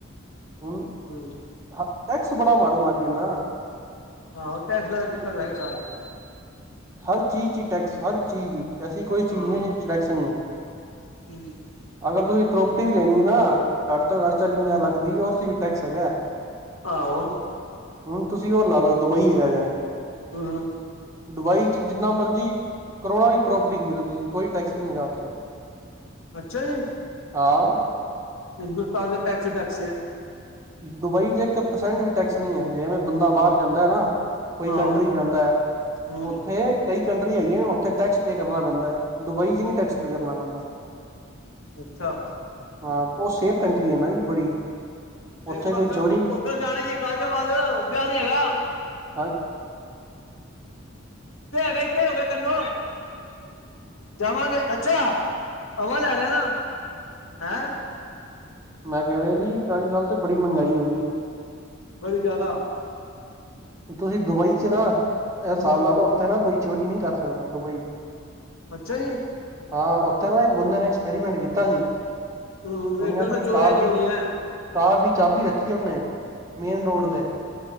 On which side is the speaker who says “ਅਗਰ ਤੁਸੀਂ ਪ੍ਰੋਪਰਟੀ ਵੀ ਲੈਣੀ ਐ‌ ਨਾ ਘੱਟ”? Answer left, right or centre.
Right